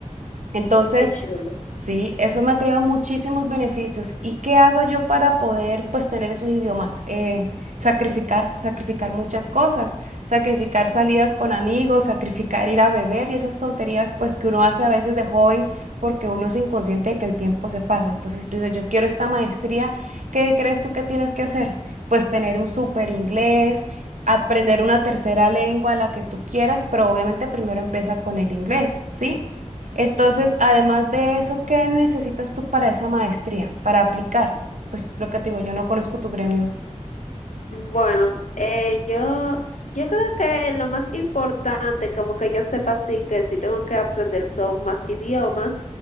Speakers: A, on the right; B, on the left.
A: Entonces,
B: Qué chulo.
A: Sí, eso me ha traído muchísimos beneficios. ¿Y qué hago yo para poder, pues, tener esos idiomas? Eh, sacrificar, sacrificar muchas cosas, sacrificar salidas con amigos, sacrificar ir a beber y esas tonterías, pues, que uno hace a veces de joven porque uno es inconsciente de que el tiempo se pasa. Entonces tú dices, yo quiero esta maestría, ¿qué crees tú que tienes que hacer? Pues tener un súper inglés. aprender una tercera lengua, la que tú quieras, pero obviamente primero empieza con el inglés, ¿sí? Entonces, además de eso, ¿qué necesitas tú para esa maestría, para aplicar? Pues lo que te digo, yo no conozco tu gremio
B: Bueno, eh, yo, yo creo que lo más importante, como que yo sepa sí que sí tengo que aprender son más idiomas,